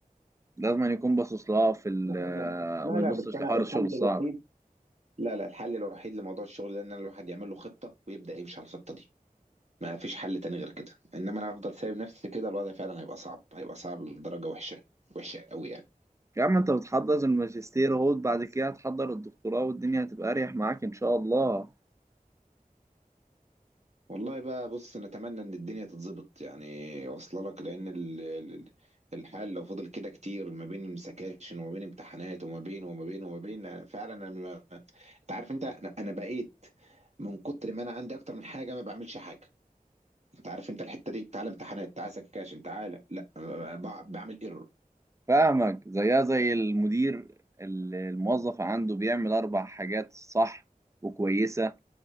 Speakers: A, on the right; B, on the right.
A: لازم يكون باصص لها في ال
B: لا والله لا
A: وما
B: لا
A: يبصش
B: بس انا
A: لحوار
B: الحل
A: الشغل الصعب
B: الوحيد لا لا الحل الوحيد لموضوع الشغل ده ان الواحد يعمل له خطة ويبدأ يمشي على الخطة دي ما فيش حل تاني غير كده انما انا هفضل سايب نفسي كده الوضع فعلا هيبقى صعب هيبقى صعب لدرجة وحشة وحشة قوي يعني
A: يا عم انت بتحضر الماجستير اهو بعد كده هتحضر الدكتوراه والدنيا هتبقى اريح معاك ان شاء الله
B: والله بقى بص نتمنى ان الدنيا تتظبط يعني واصله لك لان ال- ال- الحال لو فضل كده كتير ما بين سكاشن وما بين امتحانات وما بين وما بين وما بين فعلا انا ما- انت عارف انت انا أنا بقيت من كتر ما انا عندي اكتر من حاجه ما بعملش حاجه انت عارف انت الحته دي تعالى امتحانات تعالى سكاشن تعالى لا ب- بعمل ايرور
A: فاهمك زيها زي المدير اللي الموظف عنده بيعمل اربع حاجات صح وكويسه